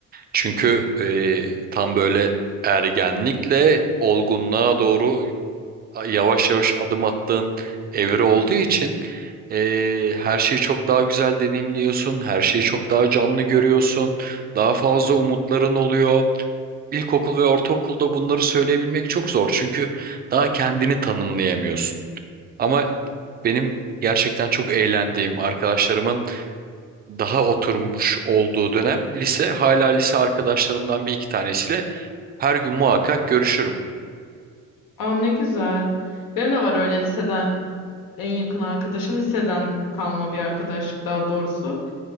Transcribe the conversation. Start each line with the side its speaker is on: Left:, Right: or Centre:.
Right: Çünkü eee, tam böyle ergenlikle olgunluğa doğru yavaş yavaş adım attığın evre olduğu için eee, her şeyi çok daha güzel deneyimliyorsun, her şeyi çok daha canlı görüyorsun, daha fazla umutların oluyor. İlkokul ve ortaokulda bunları söyleyebilmek çok zor çünkü daha kendini tanımlayamıyorsun. Ama benim gerçekten çok eğlendiğim arkadaşlarımın daha oturmuş olduğu dönem lise. Hala lise arkadaşlarımdan bir iki tanesiyle her gün muhakkak görüşürüm.
Left: Aa ne güzel. Benim de var öyle liseden en yakın arkadaşım liseden kalma bir arkadaşlık daha doğrusu.